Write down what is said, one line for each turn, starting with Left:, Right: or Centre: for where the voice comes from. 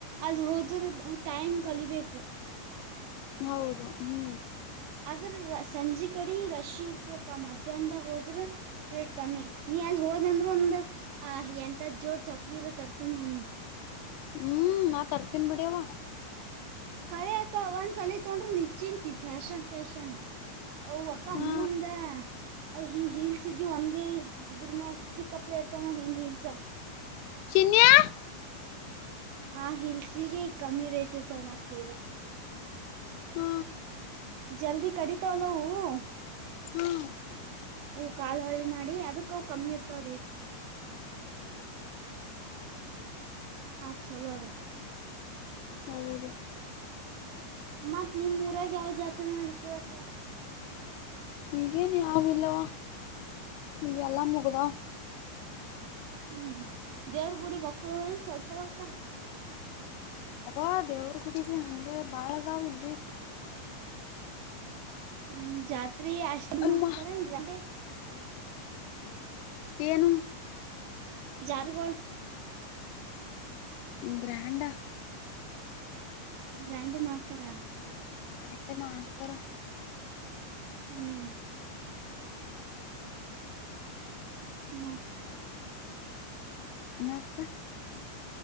Right: ಅದು ಹೋದ್ರ ಟೈಮ್ ಕಲಿಬೇಕು
Left: ಹೌದು ಹ್ಮ್
Right: ಆದದ್ರ ಸಂಜೆ ಕಡೆ ರ ಮ ಹ ಕ ಹ್ರ ಎಂಟಾದ್ ಜೋಡ್ ಚಪ್ಲಿರ ತರ್ತೀನ ಹನಿ
Left: ಹ್ಮ್ ನಾ ತರ್ತೀನ್ ಬಿಿಡವ
Right: ಕರೆ ಅಕ್ಕ ಒಂದ್ಸಲ ತೊೊಂಡ್ರರು ನಿ್ಿಂತ ಫ್ಯಾಷನ್ ಫ್ಯಾಶನ್ ಅವ್ ಅಕ್ಕ
Left: ಹಾ
Right: ಮುಂದ ಅ ಹಿಂಗ್ ಹಿಲ್ಸ್ ಇದವಿ ಒಂದೇ ಇದ್ರ ಮ್ಯಾಗ ಸಿಕ್ ಅಪ್ಲ ಇರ್ತವ ನೋ ಹಿಂದ್ ಹಿಲ್ಸ
Left: ಚಿನ್ನಿಯಾ
Right: ಆ ಹಿಲ್ಸಿಗೆ ಕಮ್ಮಿ ರೇಟ್ ಇರ್ತ ಮಾಡ್ತೀರ
Left: ಹ್ಮ
Right: ಜಲ್ದಿ ಕಡಿತ ಹಲೋ ಹ
Left: ಹ್ಮ್
Right: ಅವು ಕಾಲ್ ಹಳ್ಳಿ ಮಾಡಿ ಅದಕ್ಕವು ಕಮ್ಮಿ ಇರ್ತಾವ ರೇಟ್ ಅಚ್ಚಾಲ್ಲಾದಾ
Left: ಹೌದು
Right: ಮತ್ ನಿಮ್ ಊರಾಗ ಯಾವ ಜಾತ್ರೆ ನಡತದಕ್ಕ
Left: ಈಗೇನ್ ಯಾವ ಇಲ್ಲವಾ ನೀ ಎಲ್ಲ ಮುಗ್ದ
Right: ಹ್ಮ್ ದೇವ್ರಗುಡಿ ಮಕ್ಕಳು ಏನ್ ಸ್ವಲ್ಪವಕ್ಕ
Left: ಅವಾ ದೇವರ ಕುಡಿ ಹಗೆ ಬಾಳೆದಾವ ಇಲ್ಲಿ
Right: ಹ್ಮ್ ಜಾತ್ರಿ ಅಷ್ಟ
Left: ಅಮ್ಮ
Right: ಮಾಡ್ತಾರ ನ್
Left: ಏನು
Right: ಜಾರುಗೋಳ
Left: ಗ್ರ್ಯಾಂಡಾ
Right: ಗ್ರ್ಯಾಂಡಿ ಮಾಡ್ತಾರಾ
Left: ನಕ್ಕೆ ಮಾಲ್ಪುರ
Right: ಹ್ಮ್ ಮದ
Left: ಮತ್ತ